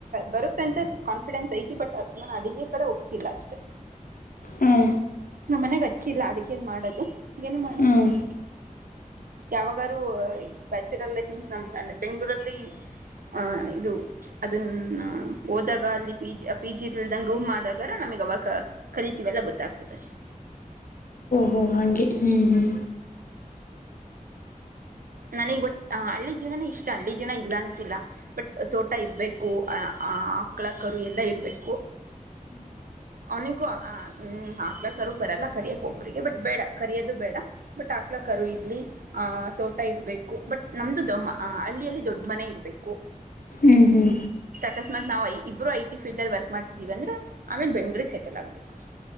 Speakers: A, on the right; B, on the left.
A: ಬರುತ್ತ ಅಂತ ಕಾನ್ಫಿಡೆನ್ಸ್ ಐತಿ ಬಟ್ ನ ಅಡಗೆ ಕಡೆ ಹೋಗ್ತಿಲ್ಲ ಅಷ್ಟೆ
B: ಹ್ಞೂ
A: ನಮ್ಮ ಮನೆಾಗ ಹಚ್ಚಿಲ್ಲ ಅಡುಗೆನ್ ಮಾಡೋದು ಏನೂ ಮಾಡಂಗಿಲ್ಲಾ
B: ಹ್ಞೂ
A: ಯಾವಾಗಾರು ಅಯ್ ಬ್ಯಾಚುರ ಲೖಪ್ ನ--ನ ಬೆಂಗಗಳೂರಲ್ಲಿ ಹ- ಇದು ಅದನ್ನ ಹೋದಾಗ ಅಲ್ಲಿ ಪಿಜಿ ಇಲ್ದಂಗ ರೂಮ್ ಮಾಡಾಗಾರ ನಮ್ ಗವಾಕ ಕರಿತೆವೆಲ್ಲಾ ಗೊತ್ತಾದ ಅಷ್ಟ
B: ಹೂಂ ಹಾಂಗೆ ಹೂಂ ಹುಂ
A: -ನನಿಗ್ ಬಟ್ ಆಂ ಹಳ್ಳಿ ಜೀವನಾನೇ ಇಷ್ಟ ಹಳ್ಳಿ ಜೀವನಾ ಇಲ್ಲ ಅಂತಿಲ್ಲಾ ಬಟ್ ತೋಟ ಇರಬೇಕು ಆಆ ಆಕ್ ಳಾ ಕರು ಎಲ್ಲ ಇರ್ಬೇಕು. ಅವನಿಗೂ ಆಂಅಂಹಂ ಆಗಲಾಕಾರು ಬರಲ್ಲ ಕರಿಯಕ್ಹೋಗ್ಬಬೇಡಿ ಬಟ್ ಬೇಡ ಕರಿಯೋದು ಬೇಡ ಬಟ್ ಆಗಲಾ ಕರೂ ಇದ್ಲಿ ಆ ಅ ತೋಟ ಇರಬೇಕು ಬಟ್ ನಮ್ದು ದಮ ಹಳ್ಳಿಯಲ್ಲಿ ದೊಡ್ಡ ಮನೆ ಇರ್ಬೇಕು
B: ಅಂ ಹಂ
A: ಅಕಸ್ಮಾತ್ ನಾವ್ ಇ ಇಬ್ಬರು ಐ ಟಿ ಫೀಲ್ಡ್ ನಲ್ಲಿ ವರ್ಕ್ ಮಾಡ್ತಿದ್ದೀವಿ ಅಂದ್ರ ಆಮೇಲೆ ಬೆಂಗಳೂರಿಗೆ ಸೆಟಲ್ ಆಗ್ಬೇಕು-